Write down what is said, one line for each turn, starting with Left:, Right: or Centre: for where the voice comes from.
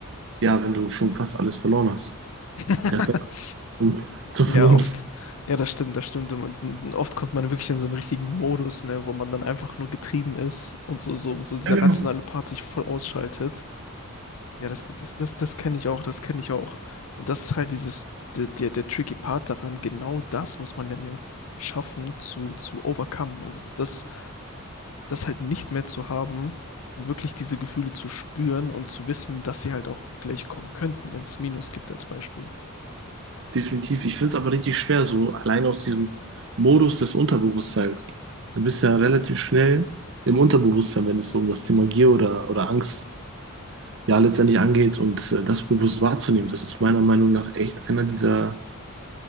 Right: ja, wenn du schon fast alles verloren hast.
Left: ja.
Right: Erst
Left: <laughs>
Right: zum, zur
Left: Ja,
Right: Vernunft.
Left: oft. Ja, das stimmt, das stimmt. Und man- oft kommt man wirklich in so einen richtigen Modus, ne, wo man dann einfach nur getrieben ist und so, so, so dieser
Right: Ja, genau.
Left: rationale Part sich voll ausschaltet. Ja, das, das, das, das kenne ich auch, das kenne ich auch. Und das ist halt dieses, der, der, der tricky Part daran, genau das muss man dann ja schaffen zu, zu overcome. Also das, das halt nicht mehr zu haben und wirklich diese Gefühle zu spüren und zu wissen, dass sie halt auch gleich kommen könnten, wenn es Minus gibt als Beispiel.
Right: Definitiv. Ich finde es aber richtig schwer, so allein aus diesem Modus des Unterbewusstseins. Du bist ja relativ schnell im Unterbewusstsein, wenn es so um das Thema Gier oder, oder Angst ja letztendlich angeht und äh, das bewusst wahrzunehmen. Das ist meiner Meinung nach echt einer dieser